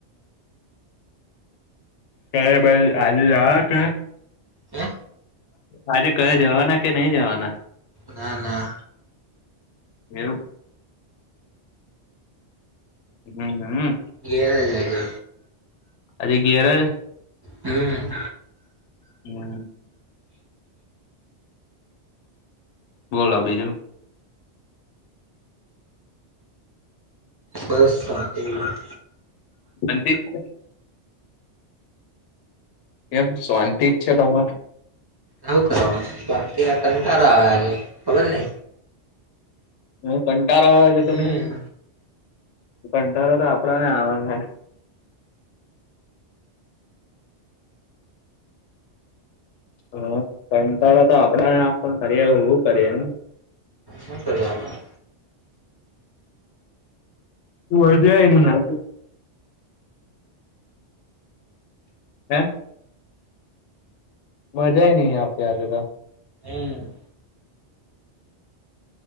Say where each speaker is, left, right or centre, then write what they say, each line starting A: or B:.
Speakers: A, on the left; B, on the right.
A: કં ભાઈ આજે જવાના કે
B: હે
A: આજે કયા જવાના કે નહી જવાના
B: ના ના
A: એવુ હમ્મ હ
B: ઘેરા જાય છે
A: અજી ઘેરે
B: હમ્મ
A: હમ્મ બોલો બીજું
B: બસ પાતીમાં
A: <unintelligible> એમ શાંતિ છે તમારે?
B: નવ કરવાનું બાકી કંટારો આવ્યા છે ખબર નહિ
A: હ કંટળો આવે છે
B: હમ
A: તમને કંટળો તો આપડા ને આવે છે. હ કંચારા તો આપડા ને આપ કરીએ કરીએ
B: હૂ કરવાના
A: <unintelligible> હે મજા નહિ આવતી ત
B: હમ્મ